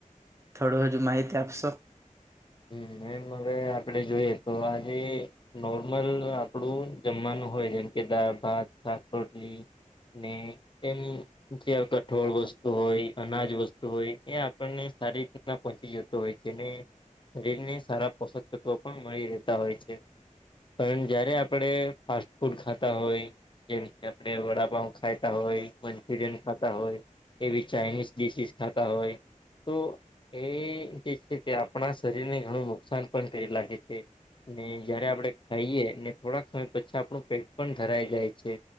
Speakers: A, on the right; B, on the left.
A: થોડું હજુ માહિતી આપશો?
B: હમ, એમ હવે આપડે જોઈએ તો આજે નોર્મલ આપડું જમવાનું હોય, જેમ કે દાળ-ભાત, શાક, રોટલી ને એમ જ્યા કઠોળ વસ્તુ હોય, અનાજ વસ્તુ હોય, એ આપણને સારી રી ના પોહચી જતો હોય છે ને શરીરને સારા પોષક તત્વો પણ મળી રહેતા હોય છે. પણ જયારે આપડે ફાસ્ટ ફૂડ ખાતા હોય જેમ કે આપડે વડાપાઉ ખાતા હોય, મંચુરિયન ખાતા હોય એવી ચાાઈનીઝ ડિશીસ ખાતા હોય, તો એ જે છે તે આપણા શરીરને ઘણું નુકસાન પણ કરી લાગે છે. ને જયારે આપડે ખાઈએ ને થોડાક સમય પછી આપણું પેટ પણ ધરાય જાય છે.